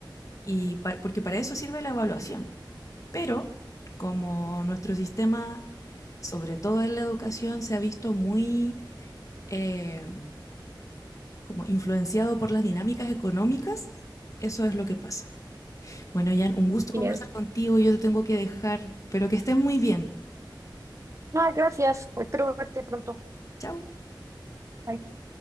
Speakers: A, on the left (about 45°); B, on the right (about 40°).
A: Y pa porque para eso sirve la evaluación. Pero como nuestro sistema, sobre todo en la educación, se ha visto muy eh, como influenciado por las dinámicas económicas, eso es lo que pasa. Bueno, Jan, un gusto
B: Y
A: conversar
B: es,
A: contigo. Yo te tengo que dejar, pero que estés muy bien.
B: ah, gracias, espero verte pronto.
A: Chao.
B: Bye.